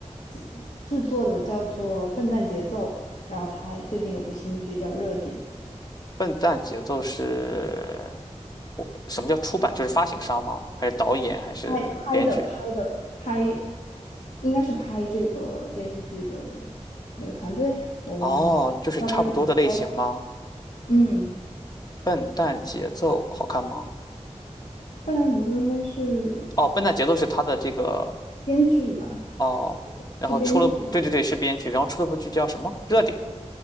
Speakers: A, on the left; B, on the left.
A: 制制作的叫做《笨蛋节奏》，然后他还最近有部新剧叫《热点》，
B: 笨蛋节奏是什么叫出版？就是发行商吗？还是导演？还是编剧？
A: 拍拍的拍的拍，应该是拍这个电视剧的那个团队我忘了，
B: 哦，就是差不多的类型吗？
A: 不知道该怎么说。嗯，
B: 笨蛋节奏好看吗？
A: 《笨蛋节奏》应该是
B: 哦，笨蛋节奏是他的这个
A: 编剧吧，
B: 哦，然后出了部，
A: 是编剧。
B: 对对对，是编剧，然后出了部剧叫什么？热点。